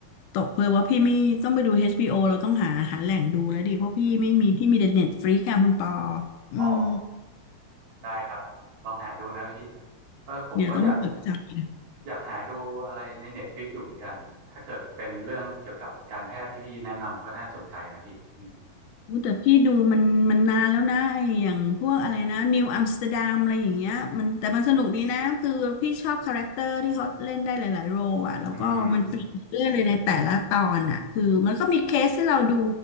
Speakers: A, on the left; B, on the right.
A: ตกเพลอว่าพี่ไม่ต้องไปดู HBO เราต้องหาหาแหล่งดูแล้วดิเพราะพี่ไม่มีพี่มีแต่เน็ตฟลิกซ์อะคุณปออืม
B: อ๋อได้ครับลองหาดูนะพี่เออผมก็อยาก
A: เดี๋ยวต้องจดจำนะ
B: อยากหาดูอะไรในเน็ตฟิกอยู่เหมือนกันถ้าเกิดเป็นเรื่องเกี่ยวกับการแพทย์ที่พี่แนะนำก็น่าสนใจนะพี่อืม
A: อู้แต่พี่ดูมันมันนานแล้วนะไอ้อย่างพวกอะไรนะนิวอัมสเตอร์ดัมอะไรอย่างเงี้ยมันแต่มันสนุกดีนะคือพี่ชอบคาแรคเตอร์ที่เขาเล่นได้หลายๆโรลอ่ะแล้วก็มันเปลี่ยนเรื่อยเลยในแต่ละตอนอ่ะคือมันก็มีเคสให้เราดู
B: อืม